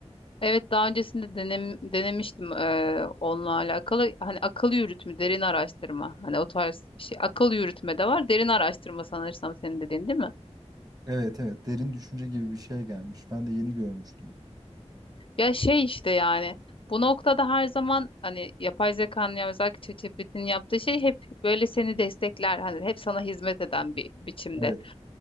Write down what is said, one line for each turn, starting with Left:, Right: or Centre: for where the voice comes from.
Left: Evet daha öncesinde denem, denemiştim eee, onunla alakalı hani akıl yürütme derin araştırma hani o tarz bir şey akıl yürütme de var derin araştırma sanırsam senin dediğin değil mi?
Right: Evet evet derin düşünce gibi bir şey gelmiş. Ben de yeni görmüştüm.
Left: Ya şey işte yani bu noktada her zaman hani yapay zekanın ya özellikle ChatGPT'nin yaptığı şey hep böyle seni destekler hani hep sana hizmet eden bir biçimde.
Right: Evet